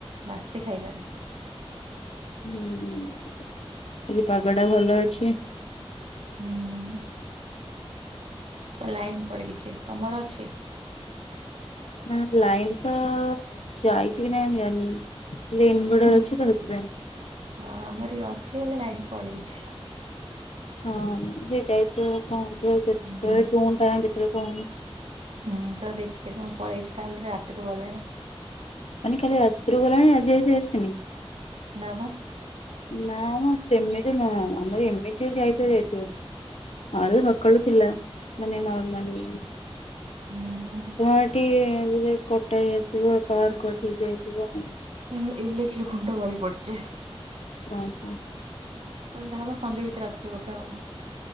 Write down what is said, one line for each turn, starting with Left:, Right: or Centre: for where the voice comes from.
Right: ବାସି ଖାଇବାରେ।
Left: ହୁଁ। ଆଜି ପାଗ ଟା ଭଲ ଅଛି।
Right: ହୁଁ ହୁଁ। ଲାଇନ ପଳେଇଚି ତମର ଅଛି।
Left: ନା ଲାଇନ ତ ଯାଇଚି କି ନାଇଁ ମୁଁ ଜାଣିନି। ପ୍ଲେନ ବୋର୍ଡର
Right: ହୁଁ
Left: ଅଛି ତ ସେଥିପାଇଁ।
Right: ହଁ ଆମର ଇଏ ଅଛି, ହେଲେ ଲାଇନ ପଳେଇଚି।
Left: ହଁ। <unintelligible>
Right: ହୁଁ ହୁଁ ତ ଦେଖିନୁ ପଳେଇଚି କାଲି ରାତିରୁ ଗଲାଣି।
Left: ମାନେ କାଲି ରାତିରୁ ଗଲାଣି ଆଜି ଆସି ଆସିନି।
Right: ନା ପା।
Left: ନା ମ ସେମିତି ନୁହଁ। ଆମର ଏମିତି ଯଦି ଯାଇଥିବ ଯାଇଥିବ। <unintelligible> ସକାଳୁ ଥିଲା ମାନେ ନର୍ମାଲି।
Right: ହୁଁ
Left: ତମ ଏଠି କଟା ହେଇ ଯାଇଥିବ ପାୱାରକଟ୍ ହେଇ ଯାଇଥିବ।
Right: ଇଲେ ଇଲେକ୍ଟ୍ରି ଖୁଣ୍ଟ ଗଳି ପଡିଚି।
Left: ଓ ହଁ।
Right: ସଜଡ଼ା ହବ ସଞ୍ଜ ଭିତରେ ଆସିବ ବୋଧେ ଆଉ।